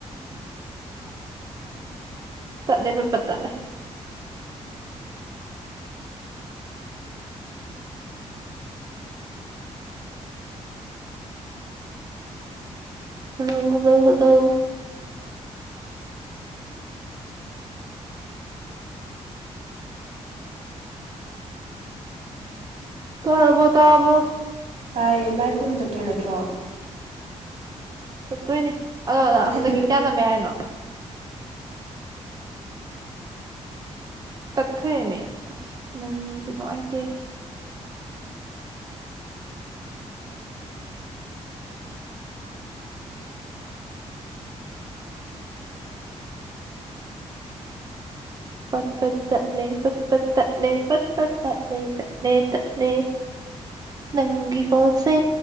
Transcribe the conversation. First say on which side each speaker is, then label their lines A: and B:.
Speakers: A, on the right; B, on the right.
A: ꯇꯠꯂꯦꯕ ꯄꯠ ꯇꯠꯂꯦ ꯍꯧꯗꯣ ꯍꯗꯣ <unintelligible> ꯇꯔꯕꯣ ꯇꯔꯕꯣ
B: ꯇꯥꯏꯌꯦ ꯂꯥꯏ ꯈꯨ꯭ꯔꯔꯨꯝ ꯆꯠꯇꯣꯏ ꯅꯠꯇ꯭ꯔꯣ
A: ꯆꯠꯇꯣꯏꯅꯦ ꯑꯗꯣꯅ
B: ꯏꯟꯗꯤꯂꯤꯒ
A: ꯍꯟꯗꯛꯀꯤ ꯀꯌꯥꯂꯝꯃꯦ ꯍꯥꯏꯅꯣ ꯇꯠꯈ꯭ꯔꯦꯂꯤ ꯑꯁ ꯅꯪꯒꯤꯁꯦ ꯅꯨꯡꯉꯥꯏꯇꯦꯍꯦ ꯄꯠꯄꯠ ꯇꯠꯂꯦ ꯄꯠꯄꯠ ꯇꯠꯂꯦ ꯄꯠꯄꯠꯇ ꯇꯠꯂꯦ ꯇꯠꯂꯦꯇꯠꯂꯦ ꯅꯪꯒꯤ ꯀꯣꯜꯁꯦ